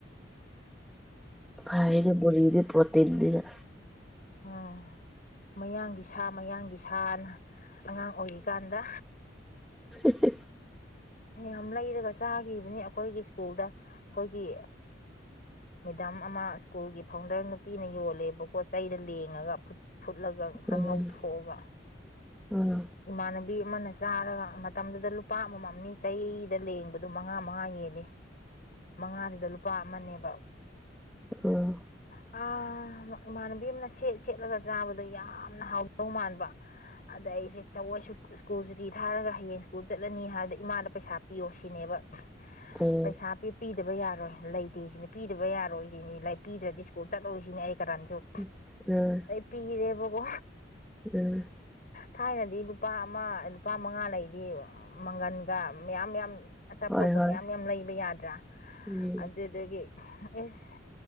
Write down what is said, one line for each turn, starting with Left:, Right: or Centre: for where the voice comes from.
Centre: ꯐꯩꯅꯦ ꯕꯨꯔꯤꯗꯤ ꯄ꯭ꯔꯣꯇꯤꯟꯅꯤꯅ
Left: ꯎꯝ ꯃꯌꯥꯡꯒꯤ ꯁꯥ ꯃꯌꯥꯡꯒꯤ ꯁꯥꯅ ꯑꯉꯥꯡ ꯑꯣꯏꯔꯤꯀꯥꯟꯗ
Centre: <inaudible>
Left: ꯌꯥꯝ ꯂꯩꯔꯒ ꯆꯥꯈꯤꯕꯅꯤ ꯑꯩꯈꯣꯏꯒꯤ ꯁ꯭ꯀꯨꯜꯗ ꯑꯩꯈꯣꯏꯒꯤ ꯃꯦꯗꯥꯝ ꯑꯃ ꯁ꯭ꯀꯨꯜꯒꯤ ꯐꯥꯎꯟꯗꯔ ꯅꯨꯄꯤꯅ ꯌꯣꯜꯂꯦꯕꯀꯣ ꯆꯩꯗ ꯂꯦꯡꯉꯒ ꯐꯨꯠ ꯐꯨꯠꯂꯒ ꯈꯔ
Centre: ꯎꯝ
Left: ꯉꯧꯊꯣꯛꯑꯒ
Centre: ꯎꯝ
Left: ꯏꯃꯥꯟꯅꯕꯤ ꯑꯃꯅ ꯆꯥꯔꯒ ꯃꯇꯝꯗꯨꯗ ꯂꯨꯄꯥ ꯑꯃꯃꯝꯅꯤ ꯆꯩꯗ ꯂꯦꯡꯕꯗꯨ ꯃꯉꯥ ꯃꯉꯥ ꯍꯦꯟꯂꯦ ꯃꯉꯥꯗꯨꯗ ꯂꯨꯄꯥ ꯑꯃꯅꯦꯕ
Centre: ꯑꯝ
Left: ꯑ ꯏꯃꯥꯟꯅꯕꯤ ꯑꯃꯅ ꯁꯦꯠ ꯁꯦꯠꯂꯒ ꯆꯥꯕꯗꯨ ꯌꯥꯝꯅ ꯍꯥꯎ ꯗꯧ ꯃꯥꯟꯕ ꯑꯗ ꯑꯩꯁꯦ ꯊꯕꯣꯏ ꯁꯨ ꯁ꯭ꯀꯨꯜꯁꯨꯇꯤ ꯊꯥꯔꯒ ꯍꯌꯦꯡ ꯁ꯭ꯀꯨꯜ ꯆꯠꯂꯅꯤ ꯍꯥꯏꯕꯗ ꯏꯃꯥꯗ ꯄꯩꯁꯥ ꯄꯤꯌꯣ ꯁꯤꯅꯦꯕ
Centre: ꯎꯝ ꯎꯝ
Left: ꯄꯩꯁꯥ ꯄꯤ ꯄꯤꯗꯕ ꯌꯥꯔꯣꯏ ꯂꯩꯇꯦ ꯁꯤꯅꯤ ꯄꯤꯗꯕ ꯌꯥꯔꯣꯏ ꯁꯤꯅꯤ ꯂꯥꯏꯛ ꯄꯤꯗ꯭ꯔꯗꯤ ꯁ꯭ꯀꯨꯜ ꯆꯠꯂꯣꯏꯁꯤꯅꯤ ꯑꯩ ꯀꯥꯔꯟꯁꯨ
Centre: ꯎꯝ ꯑ
Left: ꯄꯤꯔꯦꯕꯀꯣ
Centre: ꯎꯝ
Left: ꯊꯥꯏꯅꯗꯤ ꯂꯨꯄꯥ ꯑꯃ ꯂꯨꯄꯥ ꯃꯉꯥ ꯂꯩꯗꯤ ꯃꯪꯒꯟꯒ ꯃꯌꯥꯝ ꯌꯥꯝ ꯑꯆꯥꯄꯣꯠꯀ
Centre: ꯍꯣꯏ ꯍꯣꯏ
Left: ꯃꯌꯥꯝ ꯌꯥꯝ ꯂꯩꯕ ꯌꯥꯗ꯭ꯔꯥ
Centre: ꯎꯝ
Left: ꯑꯗꯨꯗꯒꯤ ꯏꯁ